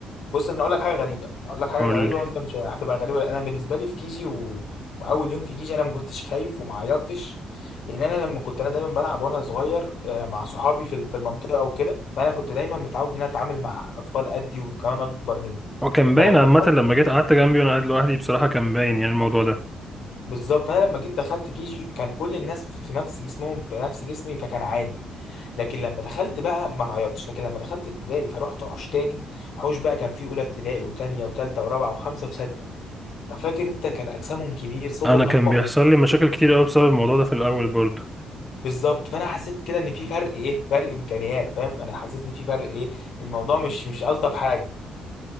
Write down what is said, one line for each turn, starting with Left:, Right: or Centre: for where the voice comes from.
Left: بص انا اقول لك حاجه غريبه اقول لك حاجه
Centre: قول
Left: غريبه
Centre: لي
Left: وانت مش هتبقى غريبه انا بالنسبه لي في كيجي و... واول يوم في كيجي انا ما كنتش خايف وما عيطتش لان انا لما كنت انا دايما بلعب وانا صغير آه، مع صحابي في في المنطقه وكده فانا كنت دايما متعود ان انا اتعامل مع اطفال قدي وكمان اكبر مني
Centre: هو كان باين
Left: فلما
Centre: عامه
Left: دخلت
Centre: لما جيت قعدت جنبي وانا قاعد لوحدي بصراحه كان باين يعني الموضوع ده
Left: بالظبط فانا لما جيت دخلت كيجي كان كل الناس في في نفس جسمهم في نفس جسمي فكان عادي لكن لما دخلت بقى ما عيطتش لكن لما دخلت ابتدائي فروحت حوش تاني حوش بقى كان فيه اولى ابتدائي وتانية وتالتة ورابعة وخمسة وستة ففاكر انت كان اجسامهم كبير صوتهم
Centre: انا
Left: اقوى
Centre: كان بيحصل
Left: من
Centre: لي مشاكل كتير قوي بسبب الموضوع ده في الاول برضو
Left: بالظبط فانا حسيت كده ان في فرق ايه فرق امكانيات فاهم انا حسيت ان في فرق ايه الموضوع مش مش الطف حاجه